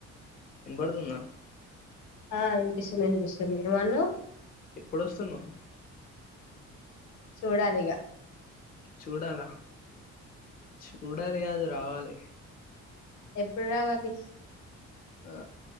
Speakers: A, on the left; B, on the left.
A: వినబడుతుందా
B: ఆ ఇనిపిస్తుంది ఇనిపిస్తుంది ఏమన్నావ్
A: ఎప్పుడు వస్తున్నావ్
B: చూడాలిగా
A: చూడాలా చూడాలి కాదు రావాలి
B: ఎప్పుడు రావాలి
A: ఆ